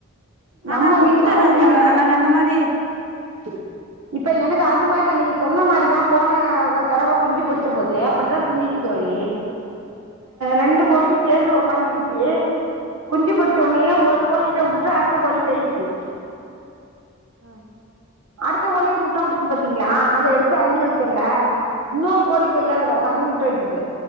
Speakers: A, on the right; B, on the right.
A: ஆனா
B: நம்ம
A: முட்டை
B: வீட்ல அப்படி
A: ஹ
B: இல்ல
A: நாங்க அந்த மாதிரி ச்கு
B: இப்ப எனக்கு அது இந்த மாதிரி தான் நீங்க சொன்ன மாதிரி தான் போன தடவ குஞ்சு போது அப்படிதான் திரிஞ்சுச்சு தோழி ரெண்டு கோழியும்
A: ஆ
B: சேர்ந்து உட்காந்து ஏ குஞ்சு பொரித்து சொன்னையே
A: ஆ
B: ஒரு கோழிட்ட விட்டுட்டு அடுத்து கோழி போய்யிடுச்சு
A: உஹம்
B: அடுத்த கோழிய முட்டை விட்டுச்சு பாத்தீங்களா அத எடுத்து அள்ளி வச்சர்ல இன்னொரு கோழி போய் அதுல உட்காந்த முட்டை விட்டுட்டு